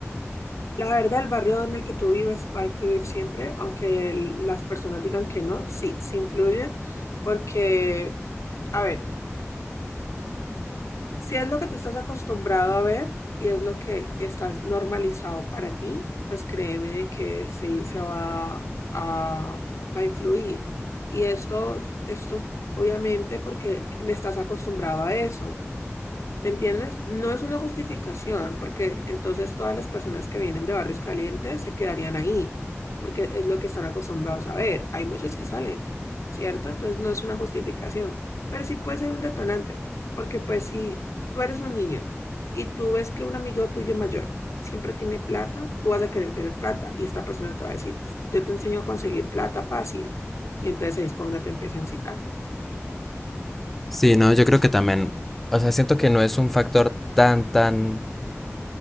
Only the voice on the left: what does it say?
La verdad, el barrio en el que tú vives va a influir siempre, aunque el- las personas digan que no, sí, sí influye, porque, a ver, si es lo que tú estás acostumbrado a ver y es lo que estás normalizado para ti, pues créeme de que sí se va a, va a influir. Y esto, esto obviamente porque estás acostumbrado a eso. ¿Me entiendes? No es una justificación, porque entonces todas las personas que vienen de barrios calientes se quedarían ahí, porque es lo que están acostumbrados a ver. Hay muchos que salen, ¿cierto? Entonces no es una justificación, pero sí puede ser un detonante, porque pues si tú eres un niño y tú ves que un amigo tuyo mayor siempre tiene plata, tú vas a querer tener plata y esta persona te va a decir, yo te enseño a conseguir plata fácil, y entonces ahí es cuando te empieza a incitar.